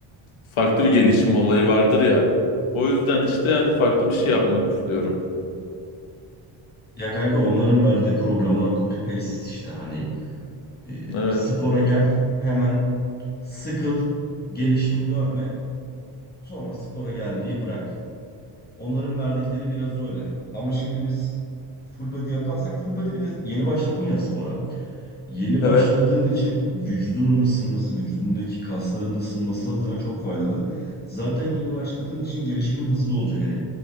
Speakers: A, on the left (about 70°); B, on the left (about 20°).
A: farklı bir gelişim olayı vardır ya. O yüzden işte hani farklı bir şey yapmak istiyorum.
B: Ya kanka onların verdiği programlar copy paste işte hani E,
A: Evet.
B: spora gel, hemen sıkıl, gelişim görme, sonra spora gelmeyi bırak. Onların verdikleri biraz öyle. Ama şimdi biz full body yaparsak full body bir de yeni başladın ya spora. Yeni başladığın
A: Evet.
B: için vücudunun ısınması, vücudundaki kasların ısınması adına çok faydalı. Zaten yeni başladığın için gelişimin hızlı olacak. Hani